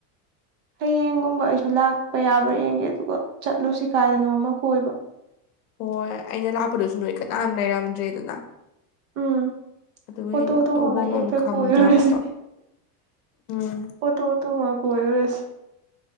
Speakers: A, on the right; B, on the left.
A: ꯍꯌꯦꯡꯒꯨꯝꯕ ꯑꯩꯁꯨ ꯂꯥꯛꯄ ꯌꯥꯕ꯭ꯔꯥ ꯌꯦꯡꯒꯦ ꯑꯗꯨꯒ ꯆꯠꯂꯨꯁꯤ ꯀꯥꯏꯗꯅꯣꯝꯃ ꯀꯣꯏꯕ
B: ꯍꯣꯏ ꯑꯩꯅ ꯂꯥꯛꯄꯗꯁꯨ ꯅꯣꯏ ꯀꯅꯥꯝ ꯂꯩꯔꯝꯗ꯭ꯔꯦꯗꯅ
A: ꯎꯝ
B: ꯑꯗꯨꯒꯤ
A: ꯑꯣꯇꯣ
B: ꯑꯩꯗꯣ
A: ꯇꯣꯡꯉꯒ
B: ꯇꯧꯐꯝ
A: ꯍꯦꯛꯇ
B: ꯑꯃ ꯈꯪꯗ꯭ꯔꯕ
A: ꯀꯣꯏꯔꯨꯔꯁꯤ
B: ꯎꯝ
A: ꯑꯣꯇꯣ ꯇꯣꯡꯉ ꯀꯣꯏꯔꯨꯔꯁꯤ